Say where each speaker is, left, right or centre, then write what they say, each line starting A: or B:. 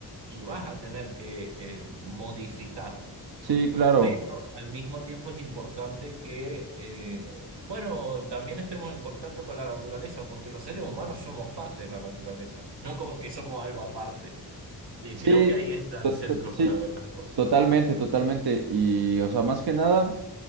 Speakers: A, on the right (about 85°); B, on the right (about 65°).
A: y vas a tener que eh, modificar.
B: sí, claro.
A: Pero al mismo tiempo es importante que, eh, bueno, también estemos en contacto con la naturaleza, porque los seres humanos somos parte de la naturaleza, no como que somos algo aparte. Y
B: Sí,
A: creo que ahí está
B: to-
A: el centro
B: to- sí,
A: para ver las cosas.
B: totalmente, totalmente. Y, o sea, más que nada,